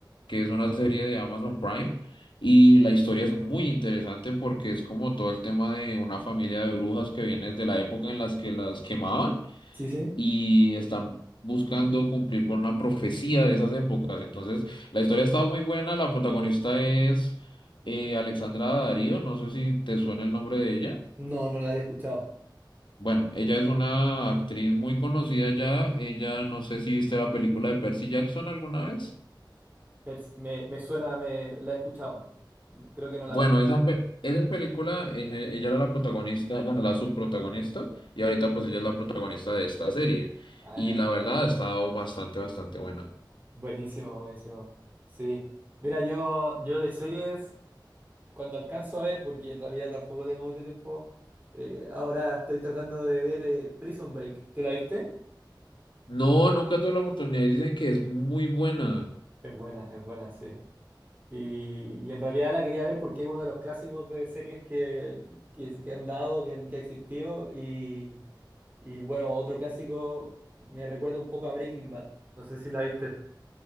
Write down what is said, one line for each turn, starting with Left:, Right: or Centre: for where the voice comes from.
Left: que es una serie de Amazon Prime, y la historia es muy interesante porque es como todo el tema de una familia de brujas que viene de la época en las que las quemaban
Right: Sí, sí.
Left: y están buscando cumplir con una profecía de esas épocas. Entonces, la historia estaba muy buena, la protagonista es eh, Alexandra Darío, no sé si te suena el nombre de ella.
Right: No, no la había escuchado.
Left: Bueno, ella es una actriz muy conocida ya. Ella, no sé si viste la película de Percy Jackson alguna vez.
Right: Pers- Me, me suena, me la he escuchado. Creo que no la
Left: Bueno,
Right: vi.
Left: esa, pe- esa película, en e- ella era la protagonista, bueno, la subprotagonista, y ahorita pues ella es la protagonista de esta serie.
Right: Ah.
Left: Y la verdad ha estado bastante, bastante buena.
Right: Buenísimo, buenísimo. Sí. Mira, yo, yo de series, cuando alcanzo a ver, porque en realidad tampoco tengo mucho tiempo, eh, ahora estoy tratando de ver eh, Prison Break. ¿Tú la viste?
Left: No, nunca tuve la oportunidad y dicen que es muy buena.
Right: Es buena, es buena, sí. Y, y en realidad la quería ver porque es uno de los clásicos de series que, que, que han dado, que, han- que ha existido. Y, y bueno, otro clásico me recuerda un poco a Breaking Bad. No sé si la viste.